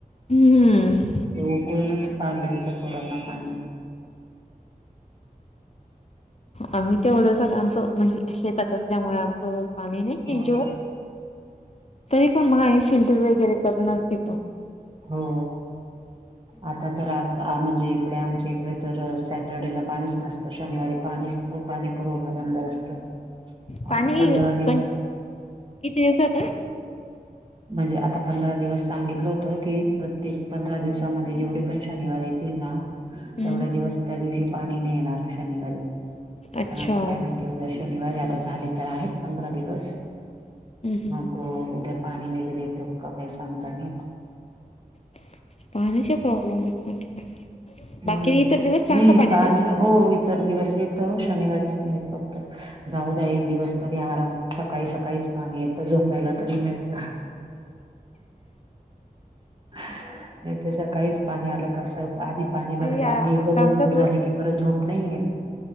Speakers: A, on the left (about 45°); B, on the right (about 35°).
A: हम्म.
B: तर ते उकळूनच पा जाायच पुोरांना पाणी.
A: आम्ही तेवढं कर आमचं म्हणजे. शेतात असल्यामुळे आमचं पाणी नाही चेंज
B: हो.
A: होत. <inaudible> तरी पण मग आम्ही फिल्टर वगैरे करणच देतो.
B: हो. आता तर म्हणजे इकडे आमच्या इकडे तर सॅटरडेला पाणी. नसत शनिवारी पाणी पाणी पुरवठा बंद असतो. <inaudible>
A: पाणी
B: पंधरा दिवस
A: किती दिवसात.
B: म्हणजे आता पंधरा दिवस सांगितलं होत कि प्रत्येक पंधरा दिवसामध्ये जेवढे. पण शनिवार येतील ना
A: हम्म
B: तेवढ्या दिवस त्या दिवशी पाणी नाही येणार शनिवारी.
A: अच्छा
B: पण आता
A: हम्म
B: काय माहिती आहे उद्या शनिवारी आता झाली तर आहेत पंधरा दिवस.
A: हम्म
B: मग उद्या पाणी वगैरे येतं का काही सांगता नाही येत.
A: <inaudible> पाण्याचे प्रॉब्लेम आहेत म्हट. <inaudible>
B: हम्म
A: बाकी इतर दिवस चांगलं
B: नाही
A: पाणीे
B: पाणी
A: येते.
B: हो इतर दिवस येतो शनिवारीच, नाही येत फक्त जाऊ द्या एक दिवस तरी आराम सकाळी, सकाळीच पाणी येतं झोप त प्यायला तरी मिळत. नाही ते सकाळीच पाणी आलं कसं पै आधी पाणी भरायला
A: आ-
B: आणि एकदा
A: आज
B: झोप
A: आमचा
B: मोड, झाली की परत झोप नाहीे येत.